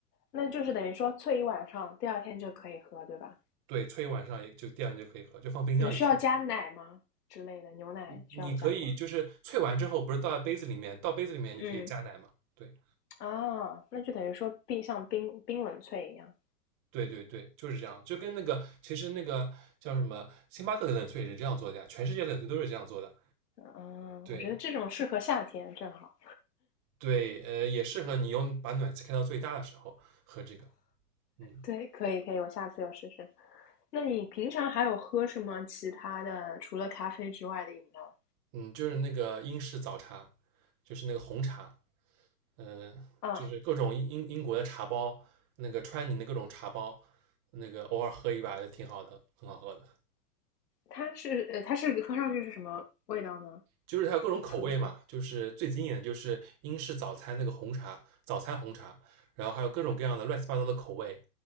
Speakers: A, on the left; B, on the right.
A: 那就是等于说萃一晚上，第二天就可以喝，对吧？
B: 对，萃一晚上也就第二天就可以喝，就放冰箱里萃。
A: 那需要加奶吗？之类的，牛奶需要加吗？
B: 你你可以就是萃完之后，不是倒在杯子里面，倒杯子里面你可以加奶嘛？
A: 嗯，
B: 对
A: 啊，那就等于说冰像冰冰冷萃一样。
B: 对对对，就是这样，就跟那个其实那个叫什么星巴克的冷萃也是这样做的呀，全世界冷萃都是这样做的。
A: 嗯，
B: 对，
A: 我觉得这种适合夏天，正好。
B: 对，呃，也适合你用把暖气开到最大的时候喝这个。嗯
A: 对，可以可以，我下次要试试。那你平常还有喝什么其他的，除了咖啡之外的饮料？
B: 嗯，就是那个英式早茶，就是那个红茶，嗯、
A: 啊，
B: 就是各种英英英国的茶包，那个川宁的各种茶包，那个偶尔喝一把也挺好的，很好喝的。
A: 它是呃，它是喝上去是什么味道呢？
B: 就是它有各种口味嘛，
A: 就普
B: 就是最经典的就是英式早餐那个红茶，早餐红茶，然后还有各种各样的乱七八糟的口味，